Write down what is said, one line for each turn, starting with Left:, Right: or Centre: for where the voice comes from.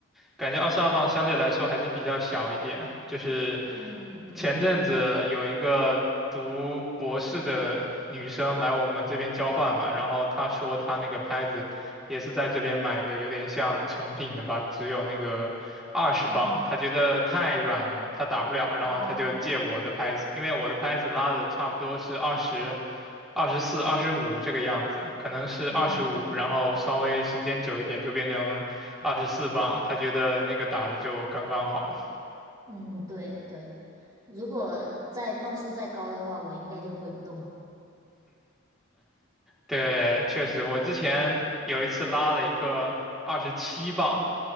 Centre: 感觉二十二磅相对来说还是比较小一点。就是
Right: 嗯嗯
Centre: 前阵子有一个读博士的女生来我们这边交换嘛，然后她说她那个拍子也是在这边买的，有点像成品的吧，只有那个二十磅，
Right: 嗯，
Centre: 她觉得太软了，她打不了，然后她就借我的拍子，
Right: 哦，
Centre: 因为我的拍子拉的差不多是二十。二十四、二十五这个样子，可能是二十五，
Right: 嗯嗯
Centre: 然后稍微时间久一点就变成二十四磅，他觉得那个打的就刚刚好。
Right: 嗯，对对，如果再磅数再高的话，我应该就挥不动，
Centre: 对，确实，我之前有一次拉了一个二十七磅，